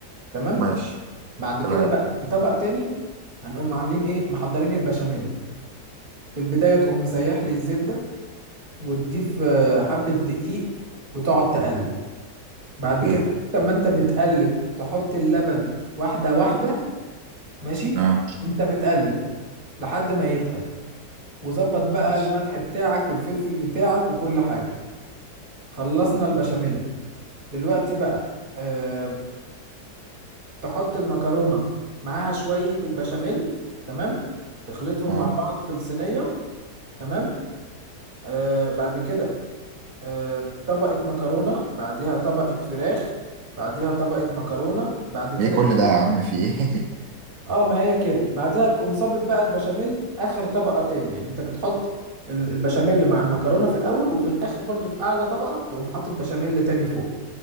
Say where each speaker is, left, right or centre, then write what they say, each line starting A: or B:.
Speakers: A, on the right (about 35°); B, on the right (about 75°).
A: تمام
B: ماشي
A: بعد كده
B: تمام
A: بقى في طبق تاني هنقوم عاملين ايه محضرين البشاميل في البداية تقوم مسيح لي الزبدة وتضيف آه، حبة دقيق وتقعد تقلب بعد
B: ايه
A: كده وقت ما انت بتقلب تحط اللبن واحدة واحدة ماشي
B: اه
A: وانت بتقلب لحد ما يتقل وظبط بقى
B: ماشي
A: الملح بتاعك والفلفل بتاعك وكل حاجة خلصنا البشاميل دلوقتي بقى أه تحط المكرونة معاها شوية البشاميل تمام تخلطهم
B: اه
A: مع بعض في الصينية تمام أه بعد كده أه طبقة مكرونة بعديها طبقة فراخ بعديها طبقة مكرونة بعد كده
B: ايه كل
A: إيه؟
B: ده يا عم في ايه
A: اه ما هي كده بعديها تقوم صابب بقى البشاميل اخر طبقة تاني يعني انت بتحط ال- البشاميل مع المكرونة في الاول وفي الاخر برضو في اعلى طبقة تقوم حاطط بشاميل تاني فوق